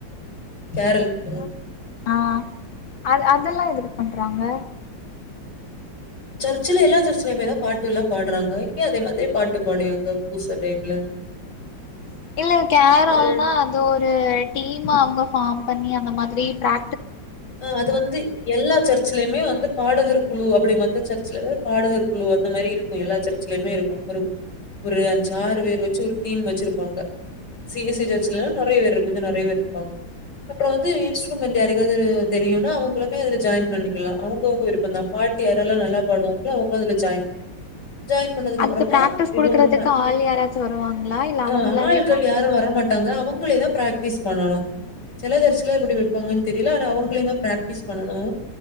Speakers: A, on the left (about 60°); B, on the left (about 85°).
A: கேரள்
B: அது
A: <unintelligible>
B: என்ன ஆ அத அதெல்லாம் எது பண்றாங்க
A: சர்ச்சல எல்லா சர்ச்சலயுமே தா பாட்டு எல்லா பாடுறாங்க இங்க அதே மாதிரி பாட்டு பாடியாங்க பூச டைம்ல
B: <inaudible> இல்ல கேரல்னா
A: அது
B: அது ஒரு டீமா அவங்க ஃபார்ம் பண்ணி அந்த மாதிரி ப்ரா
A: ஆ அது வந்து எல்லா சர் ச்ர்லயுமே வந்து பாடகர் குழு அப்படி பாத்த சர்ச்ல பாடகர் குழு அந்த மாதிரி இருக்கும் எல்லா சர்ச்சலயுமே இருக்கும் ஒரு ஒரு அஞ்சாறு பேர் வச்சு ஒரு டீம் வச்சிருபாங்க சி எஸ் சி சர்ச்ல நெறைய பேரு இரு கொஞ்சொ நெறைய பேர் இருப்பாங்க அப்புற வந்து இன்ஸ்ட்ருமென்ட் யாரக்காவது தெரியும்னா அவங்களுமே அது ஜாயின் பண்ணிக்கலா அவங்கவுங்க விருப்பம் தா பாட்டு யாரல்ல நல்ல பாடுவாங்களோ அவங்க அதுல ஜாயின்
B: <inaudible>
A: ஜாயின் பண்ணதுக்கு
B: அதுக்கு
A: அப்புறமா
B: பிராக்டிஸ்
A: எதுவும்
B: குடுக்கறதுக்கு
A: ச
B: ஆள் யாராச்சு வருவாங்களா இல்ல அவங்களாவே
A: அ ஆள்கள்
B: பிராக்டிஸ்
A: யாரும் வரமாட்டாங்க அவங்க நம்லேதான் ப்ராக்டிஸ் பண்ணணும் சில சர்ச்சுல எப்டி வைப்பாங்கன்னு தெரியல ஆனா அவங்க நம்ளேதா ப்ராக்டிஸ் பண்ணணும்